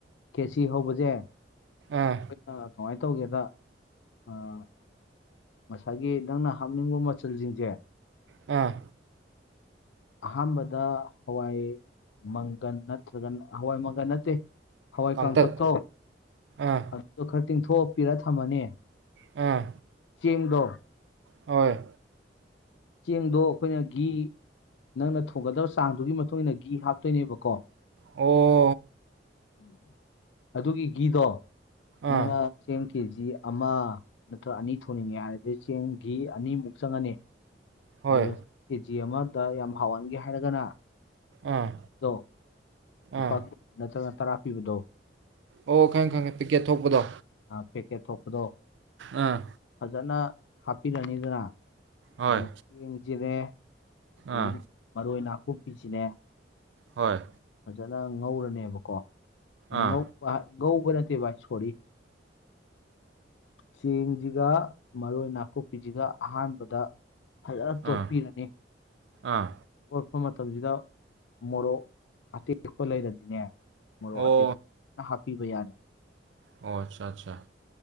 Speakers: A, on the left; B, on the right.
A: ꯈꯦꯆꯤ ꯍꯧꯕꯁꯦ ꯑꯩꯈꯣꯏꯅ
B: ꯑꯥ
A: ꯀꯃꯥꯏꯅ ꯇꯧꯒꯦꯗ ꯑꯥ ꯉꯁꯥꯏꯒꯤ ꯅꯪꯅ ꯍꯥꯞꯅꯤꯡꯕ ꯃꯆꯜꯖꯤꯡꯖꯦ
B: ꯑꯥ
A: ꯑꯍꯥꯝꯕꯗ ꯍꯋꯥꯏ ꯃꯪꯒꯟ ꯅꯠꯇ꯭ꯔꯒꯅ ꯍꯋꯥꯏ ꯃꯪꯒꯟ ꯅꯠꯇꯦ ꯍꯋꯥꯏ
B: ꯀꯥꯡꯇꯛ
A: ꯀꯥꯡꯊꯛ ꯇꯣ
B: ꯑꯥ
A: ꯑꯗꯣ ꯈꯔ ꯇꯤꯡꯊꯣꯛꯄꯤꯔ ꯊꯝꯃꯅꯤ
B: ꯑꯥ
A: ꯆꯦꯡꯗꯣ
B: ꯍꯣꯏ
A: ꯆꯦꯡꯗꯣ ꯑꯩꯈꯣꯏꯅ ꯒꯤ ꯅꯪꯅ ꯊꯨꯒꯗꯕ ꯆꯥꯡꯗꯨꯒꯤ ꯃꯇꯨꯡ ꯏꯟꯅ ꯒꯤ ꯍꯥꯞꯇꯨꯏꯅꯦꯕꯀꯣ
B: ꯑꯣ
A: ꯑꯗꯨꯒꯤ ꯒꯤꯗꯣ ꯅꯪꯅ
B: ꯑꯥ
A: ꯆꯦꯡ ꯀꯦꯖꯤ ꯑꯃ ꯅꯠꯇ꯭ꯔ ꯑꯅꯤ ꯊꯣꯡꯅꯤꯡꯉꯦ ꯍꯥꯏꯔꯗꯤ ꯆꯦꯡ ꯒꯤ ꯑꯅꯤꯃꯨꯛ ꯆꯪꯉꯅꯤ
B: ꯍꯣꯏ
A: ꯑꯗꯨꯒ ꯀꯦꯖꯤ ꯑꯃꯗ ꯌꯥꯝ ꯍꯥꯎꯍꯟꯒꯦ ꯍꯥꯏꯔꯒꯅ
B: ꯑꯥ
A: ꯑꯗꯣ ꯂꯨꯄꯥ
B: ꯑꯥ
A: ꯅꯠꯇ꯭ꯔꯒ ꯇꯔꯥ ꯄꯤꯕꯗꯣ
B: ꯑꯣ ꯈꯪꯉꯦ ꯈꯪꯉꯦ ꯄꯤꯀꯦꯠ ꯊꯣꯛꯄꯗꯣ
A: ꯑꯥ ꯄꯦꯀꯦꯠ ꯊꯣꯛꯄꯗꯣ
B: ꯑꯥ
A: ꯐꯖꯅ ꯍꯥꯞꯄꯤꯔꯅꯤꯗꯅ
B: ꯍꯣꯏ
A: ꯑꯥ ꯆꯦꯡꯖꯤꯅꯦ ꯑꯗꯒꯤꯗꯤ
B: ꯑꯥ
A: ꯃꯔꯣꯏ ꯅꯥꯀꯨꯞꯄꯤꯁꯤꯅꯦ
B: ꯍꯣꯏ
A: ꯐꯖꯅ ꯉꯧꯔꯅꯦꯕꯀꯣ
B: ꯑꯥ
A: ꯉꯧ ꯉꯧꯕ ꯅꯠꯇꯦ ꯚꯥꯏ ꯁꯣꯔꯤ ꯆꯦꯡꯖꯤꯒ ꯃꯔꯣꯏ ꯅꯥꯀꯨꯞꯄꯤꯖꯤꯒ ꯑꯍꯥꯟꯕꯗ ꯐꯖꯅ ꯇꯣꯠꯄꯤꯔꯅꯤ
B: ꯑꯥ ꯑꯥ
A: ꯇꯣꯠꯄ ꯃꯇꯝꯖꯤꯗ ꯃꯣꯔꯣꯛ ꯑꯇꯦꯛꯄ ꯂꯩꯔꯗꯤꯅꯦ ꯃꯔꯣꯛ
B: ꯑꯣ
A: ꯑꯇꯦꯛꯄ ꯐꯖꯅ ꯍꯥꯞꯄꯤꯕ ꯌꯥꯔꯦ
B: ꯑꯣ ꯑꯠꯆꯥ ꯆꯥ